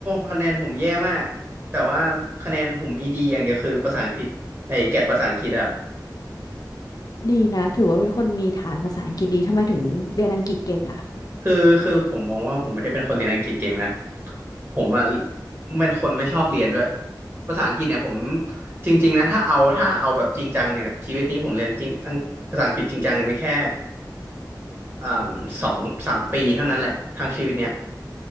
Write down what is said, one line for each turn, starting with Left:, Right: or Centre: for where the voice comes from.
Right: คะแนนผมแย่มากแต่ว่าคะแนนผมมีดีอย่างเดียวคือภาษาอังกฤษไอ้แกรดภาษาอังกฤษอะครับ
Left: ดีนะถือว่าเป็นคนมีฐานภาษาอังกฤษดีทำไมถึงเรียนอังกฤษเก่งอ่ะ
Right: คือคือผมมองว่าผมไม่ได้เป็นคนเรียนอังกฤษเก่งนะผมอะเป็นคนไม่ชอบเรียนด้วยภาษาอังกฤษเนี่ยผมจริงๆนะถ้าเอาถ้าเอาแบบจริงจังเนี่ยชีวิตนี้ผมเรียนจริงอังภาษาอังกฤษจริงจังเนี่ยมีแค่อ่าสองสามปีเท่านั้นแหละทางชีวิตเนี่ย